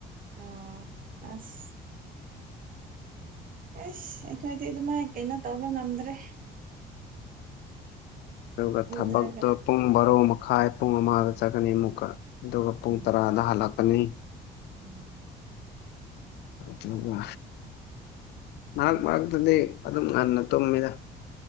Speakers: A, on the right; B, on the left.
A: ꯑꯥ ꯑꯁ ꯑꯦꯁ ꯑꯩꯈꯣꯏꯗꯤ ꯑꯗꯨꯃꯥꯏꯅ ꯀꯩꯅꯣ ꯇꯧꯕ ꯉꯝꯗ꯭ꯔꯦ
B: ꯑꯗꯨꯒ
A: ꯉꯝꯗ꯭ꯔꯒ
B: ꯊꯕꯛꯇꯣ ꯄꯨꯡ ꯕꯥꯔꯣ ꯃꯈꯥꯏ ꯄꯨꯡ ꯑꯃꯗ ꯆꯠꯀꯅꯤ ꯑꯃꯨꯛꯀ ꯑꯗꯨꯒ ꯄꯨꯡ
A: ꯎꯝ
B: ꯇꯔꯥꯗ ꯍꯜꯂꯛꯀꯅꯤ
A: ꯎꯝ
B: ꯑꯗꯨꯒ ꯃꯔꯛ ꯃꯔꯛꯇꯨꯗꯤ ꯑꯗꯨꯝ ꯉꯟꯅ ꯇꯨꯝꯃꯤꯗ